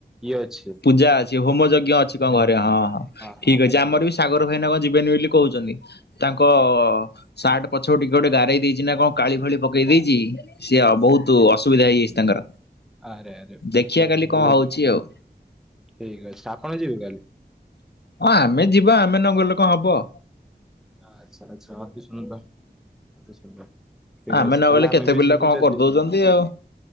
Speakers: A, in the centre; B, on the left (about 80°).
A: ଇଏ ଅଛି।
B: ପୂଜା ଅଛି ହୋମ ଯଜ୍ଞ ଅଛି କଣ ଘରେ ହଁ ହଁ
A: ହଁ
B: ଠିକ ଅଛି
A: ଆଜ୍ଞା
B: ଆମର ବି ସାଗର ସେ ଭାଇନା କଣ ଯିବେନି ବୋଲି କହୁଛନ୍ତି ତାଙ୍କ ସାର୍ଟ ପଛପଟେ କିଏ ଗୋଟେ ଗାରେଇ ଦେଇଛି ନା କଣ କାଳି ଫାଳି ପକେଇ ଦେଇଛି ସିଏ ବହୁତ ଅସୁବିଧା ହେଇଯାଇଛି ତାଙ୍କର
A: ଆରେ ଆରେ
B: ଦେଖିବା କାଲି କଣ
A: ବହୁତ
B: ହଉଛି ଆଉ।
A: ଠିକ ଅଛି ଆପଣ ଯିବେ କାଲି।
B: ହଁ ଆମେ ଯିବା ଆମେ ନ ଗଲେ କଣ ହବ।
A: ଆଚ୍ଛା ଆଚ୍ଛା ଅତି ସୁନ୍ଦର ସୁନ୍ଦର। ଠିକ
B: ଆମେ ନଗଲେ
A: ତାହେଲେ
B: କେତେ
A: ଆମେବି
B: ପିଲା
A: ଯିବୁ
B: କଣ
A: ଯଦି
B: କରିଦଉଛନ୍ତି ଆଉ